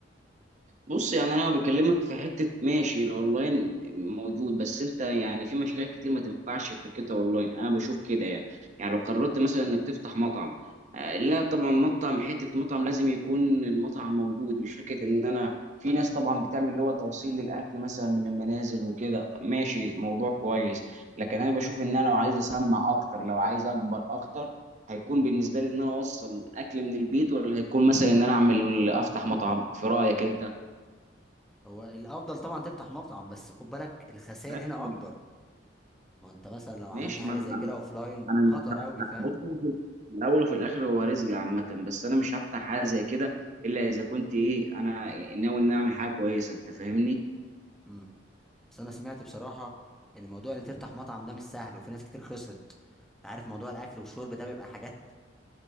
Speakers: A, on the right; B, in the centre.
A: بص يعني انا بكلمك في حته ماشي الاونلاين موجود بس انت يعني في مشاريع كتير ما تنفعش فكرتها اونلاين انا بشوف كده يعني يعني لو قررت مثلا انك تفتح مطعم آه، لا طبعا مطعم حته مطعم لازم يكون المطعم موجود مش فكره ان انا في ناس طبعا بتعمل اللي هو توصيل للاكل مثلا من المنازل وكده طب ماشي موضوع كويس لكن انا بشوف ان انا لو عايز اسمع اكتر لو عايز اكبر اكتر هيكون بالنسبه لي ان انا اوصل اكل من البيت ولا هيكون مثلا ان انا اعمل افتح مطعم في رايك انت
B: هو الافضل طبعا تفتح مطعم بس خد بالك الخسائر
A: ماشي
B: هنا اكبر ما انت مثلا لو عملت
A: ماشي
B: حاجه
A: ما انا
B: زي كده اوفلاين
A: انا
B: خطر
A: مش هفتح
B: قوي فاهم
A: بص في الاول وفي الاخر هو رزق عامه بس انا مش هفتح حاجه زي كده الا اذا كنت ايه انا ناوي ان اعمل حاجه كويسه انت فاهمني
B: امم بس انا سمعت بصراحه ان موضوع ان تفتح مطعم ده مش سهل وفي ناس كتير خسرت أنت عارف موضوع الاكل والشرب ده بيبقى حاجات